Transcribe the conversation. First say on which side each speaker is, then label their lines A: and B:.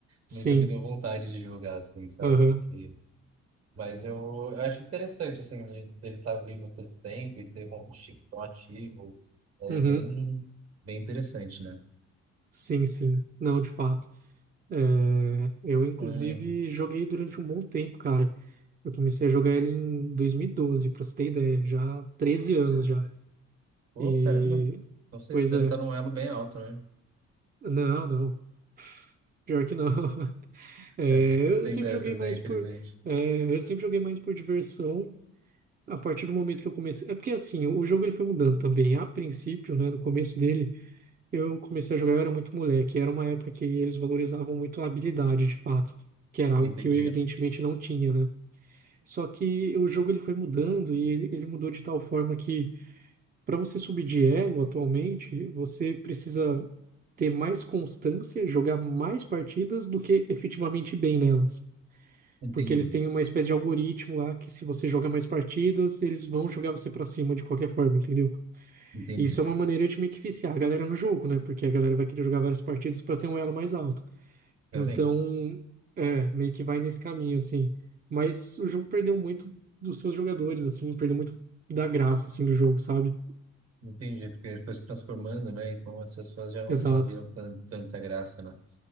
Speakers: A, on the right (about 30°); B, on the right (about 55°).
A: sim,
B: nunca me deu vontade de jogar assim, sabe?
A: aham,
B: Porque- Mas eu, eu acho interessante, assim, de- dele estar vivo tanto tempo e ter um competitivo tão ativo, é
A: uhum,
B: bem, bem interessante, né?
A: sim, sim. Não, de fato. É, eu, inclusive,
B: Hum.
A: joguei durante um bom tempo, cara. Eu comecei a jogar ele em 2012, pra você ter ideia, já há 13 anos já.
B: Pô,
A: E,
B: caramba, você
A: pois
B: deve
A: é,
B: estar num elo bem alto, né?
A: não, não, pior que não. <laughs> É,
B: É,
A: eu
B: tem
A: sempre
B: dessas,
A: joguei mais
B: né, infelizmente.
A: por, é, eu sempre joguei mais por diversão a partir do momento que eu comecei. É porque, assim, o jogo ele foi mudando também. A princípio, né, no começo dele, eu comecei a jogar, eu era muito moleque. Era uma época que eles valorizavam muito a habilidade, de fato, que era algo
B: Entendi,
A: que eu, evidentemente, não tinha, né? Só que o jogo ele foi mudando e ele, ele mudou de tal forma que para você subir de elo atualmente, você precisa ter mais constância, jogar mais partidas do que efetivamente ir bem nelas.
B: entendi,
A: Porque eles têm uma espécie de algoritmo lá que se você joga mais partidas, eles vão jogar você para cima de qualquer forma, entendeu?
B: entendi,
A: E isso é uma maneira de meio que viciar a galera no jogo, né? Porque a galera vai querer jogar várias partidas para ter um elo mais alto.
B: realmente.
A: Então, é, meio que vai nesse caminho, assim. Mas o jogo perdeu muito dos seus jogadores, assim, perdeu muito da graça, assim, do jogo, sabe?
B: Entendi, porque ele foi se transformando, né? Então as pessoas já não,
A: Exato,
B: não viam tan- tanta graça, né?